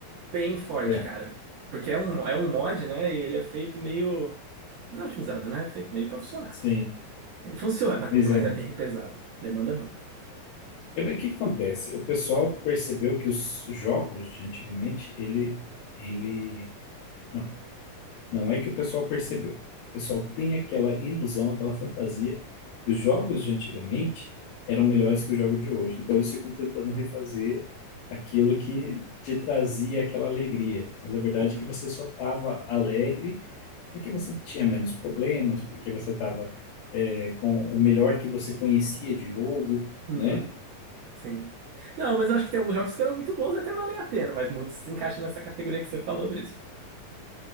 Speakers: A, on the right; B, on the left.
A: bem forte,
B: É,
A: cara. Porque é um, é um mod, né? E ele é feito meio. Não é otimizado, né? É feito meio pra funcionar.
B: sim.
A: Ele funciona,
B: Pois
A: <laughs> mas
B: é.
A: é bem pesado. Demanda muito.
B: E, mas O que que acontece? O pessoal percebeu que os jogos de antigamente, ele, ele, não, Não é que o pessoal percebeu. O pessoal tem aquela ilusão, aquela fantasia que os jogos de antigamente eram melhores que o jogo de hoje. Então eles ficam tentando refazer aquilo que te trazia aquela alegria. Mas a verdade
A: Uhum,
B: é que você só estava alegre porque você tinha menos problemas, porque você estava com o melhor que você conhecia de jogo,
A: uhum,
B: né?
A: sim. Não, mas eu acho que tem alguns jogos que eram muito bons e até valem a pena, mas muitos se encaixam nessa categoria que você falou mesmo.